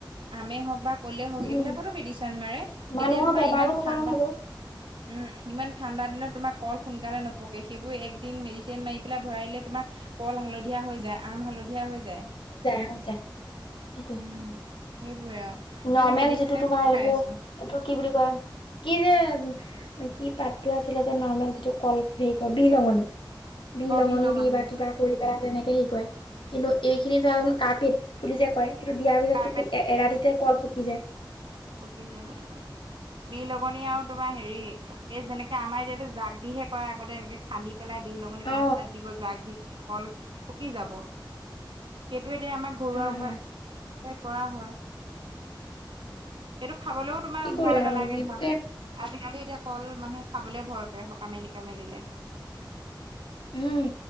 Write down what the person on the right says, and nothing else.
আম হক বা ক'লে হওঁক
এইবিলাকতো মেডিচিন মাৰে
এতিয়া তোমাৰ
ইমান
ঠাণ্ডা
উম। ইমান ঠাণ্ডা দিনত তোমাৰ কল সোনকালে নপকে সেইবোৰ একদিন মেডিচিন মাৰি পেলাই ভৰাইলে তোমাৰ কল হালধীয়া হৈ যায়। আম হালধীয়া হৈ যায়।
উম সেইবোৰে আৰু মানে
মেডিচিনকে
খাই
আছো
অ বিহলঙনি
কাৰ্পেট দিয়ে
অ
পকি যায়, বিৰ লগনীয়া আৰু তোমাৰ হেৰি এই যেনেকে আমাৰ এতিয়াতো জাক দিহে কৰে আগতে এনেকে খান্দি। পেলাই বিহ লগঙনি
পাত চাত দিব জাগ কল পকি যাব সেই। টো এতিয়া আমাৰ ঘৰুৱা
উপায়
কৰা হয়। সেইটো খাবলৈও তোমাৰ
ভয় নালাগে
ধৰা আজি। <unintelligible> এতিয়া কল মানুহে খাবলে ভয় কৰে সকামে নিকামে দিলে।